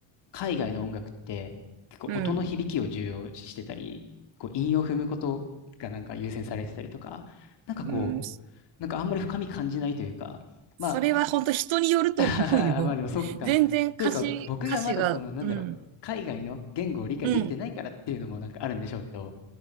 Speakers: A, on the left; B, on the right.
A: 海外の音楽って結構音の響きを重要視してたり、
B: うん、
A: こう韻を踏むことがなんか優先されてたりとか、なんかこう、
B: うん。
A: なんかあんまり深み感じないというか、
B: それは本当人によると思うよ。
A: ま <laughs> まあでもそっか。
B: <laughs> 全然歌詞、
A: というか、僕がまだその、
B: 歌詞が、
A: なんだろう、
B: うん、
A: 海外の言語を理解できてないからっていうのもなんかあるんでしょうけど、
B: うん、